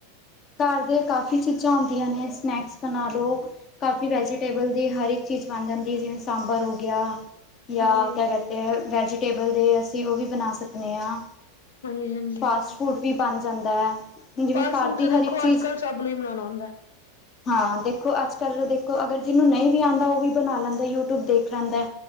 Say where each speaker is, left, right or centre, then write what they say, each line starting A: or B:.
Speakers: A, on the left; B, on the left.
A: ਘਰ ਦੇ ਕਾਫ਼ੀ ਚੀਜ਼ਾਂ ਹੁੰਦੀਆਂ ਨੇ ਸਨੈਕਸ ਬਣਾ ਲਉ ਕਾਫੀ ਵੈਜੀਟੇਬਲ ਦੀ ਹਰ ਇੱਕ ਚੀਜ਼ ਬਣ ਜਾਂਦੀ ਹੈ ਜਿਵੇਂ ਸਾਂਬਰ ਹੋ ਗਿਆ ਜਾਂ
B: ਹਾਂਜੀ
A: ਕਿਆ ਕਹਿਤੇ ਹੈ ਵੈਜੀਟੇਬਲ ਦੇ ਅਸੀਂ ਉਹ ਵੀ ਬਣਾ ਸਕਦੇ ਹਾਂ
B: ਹਾਂਜੀ -ਹਾਂਜੀ
A: ਫਾਸਟ ਫੂਡ ਵੀ ਬਣ ਜਾਂਦਾ ਹੈ ਜਿਵੇਂ
B: ਫਲ
A: ਘਰ
B: ਫਰੂਟ
A: ਦੀ
B: ਤਾਂ
A: ਹਰ
B: ਦੇਖੋ
A: ਇੱਕ ਚੀਜ਼
B: ਅੱਜ ਕੱਲ੍ਹ ਸਭ ਨੂੰ ਹੀ ਬਨਾਉਣਾ ਹੁੰਦਾ
A: ਹਾਂ ਦੇਖੋ ਅੱਜ ਕੱਲ੍ਹ ਦੇਖੋ ਅਗਰ ਜਿਹਨੂੰ ਨਹੀਂ ਵੀ ਆਉਂਦਾ ਉਹ ਵੀ ਬਣਾ ਲੈਂਦਾ ਯੂਟਿਊਬ ਦੇਖ ਲੈਂਦਾ